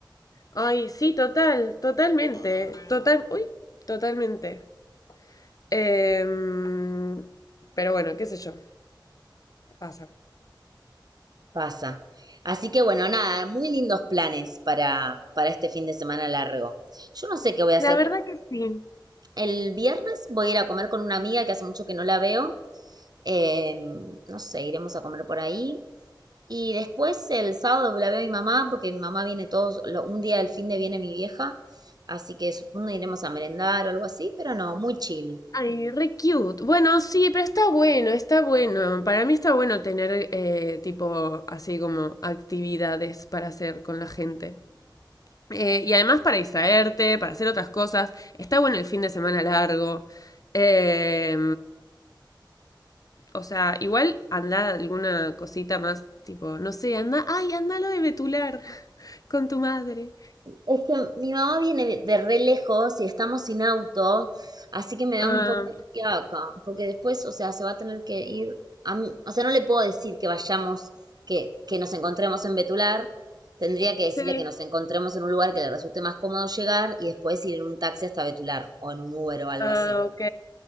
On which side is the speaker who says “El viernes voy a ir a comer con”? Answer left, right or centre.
Right